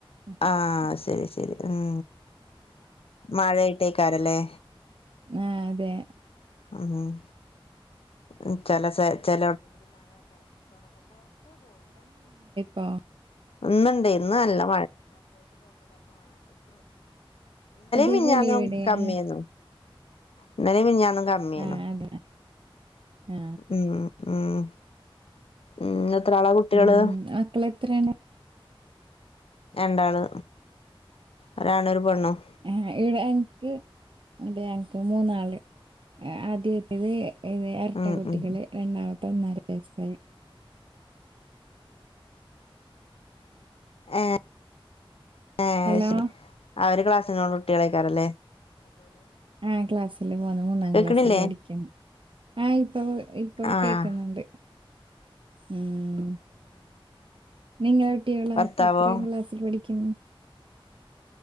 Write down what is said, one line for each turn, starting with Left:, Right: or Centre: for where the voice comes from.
Right: ഉം ഉം
Left: ആഹ് ശരി ശരി ഉം മഴയായിട്ടേക്കാരല്ലേ
Right: ആഹ് അതെ
Left: ആഹ് ഉം ആഹ് ചെല ചെ
Right: ആഹ്
Left: ഇന്ന് ൺ ഇന്നലെ
Right: അതേപോലെ
Left: മിഞ്ഞാന്നും
Right: ഇവിടെ
Left: കമ്മിയുന്നു
Right: ആ
Left: ഇന്നലെ മിഞ്ഞാന്നും കമ്മിയന്നു
Right: ആ അതെ ആ
Left: ഉം ഉം ഉം എത്രാളാ കുട്ടിള്
Right: ഉം മക്കളെത്രയാണ്?
Left: രണ്ടാള് ഒരാണും ഒരു പെണ്ണും
Right: ഏഹ് എനിക്ക്- മൂന്നാള് ആദ്യത്തേത് ഇരട്ട
Left: ഉം
Right: കുട്ടികള്
Left: ഉം
Right: രണ്ട ത്തൊന്നര വയസായി
Left: ഏഹ് ഏഹ്
Right: ഹലോ
Left: അത് ശരി അവര് ക്ലാസ്സിനോട് കുട്ടികളെക്കാറല്ലേ
Right: ആഹ് ക്ലാസ്സില് പോന്ന് മൂന്നാം
Left: കേക്കണില്ലേ
Right: ക്ലാസ്സില് പഠിക്കണ് ആഹ് ഇപ്പപ് ഇപ്പൊ
Left: ആഹ്
Right: കേക്ക്‌ന്നുണ്ട് ഉം നിങ്ങള കുട്ടിയോളാ
Left: ഭർത്താവോ
Right: എത്രാം ക്ലാസ്സിൽ പഠിക്കുന്നു <inaudible>